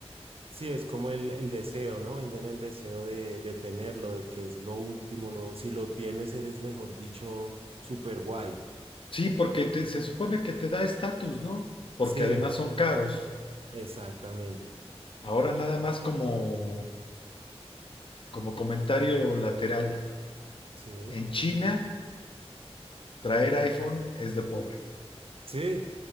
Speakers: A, on the right; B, on the left.
A: Sí, es como el, el deseo, ¿no? Venden el deseo de, de tenerlo, de que es lo último, lo, si lo tienes eres, mejor dicho, super guay.
B: Sí, porque te- se supone que te da estatus, ¿no? Porque
A: Sí,
B: además son caros.
A: exactamente.
B: Ahora nada más como, como comentario lateral.
A: Sí,
B: En China, traer iPhone es de pobre.
A: sí.